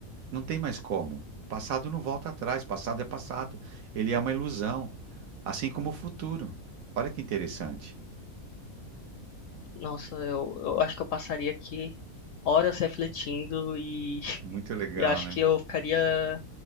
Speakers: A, on the right; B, on the left.
A: Não tem mais como. O Passado não volta atrás, o passado é passado. Ele é uma ilusão, assim como o futuro. Olha que interessante.
B: nossa, eu, eu acho que eu passaria aqui horas refletindo e, <laughs>
A: Muito legal,
B: e eu acho
A: né?
B: que eu ficaria,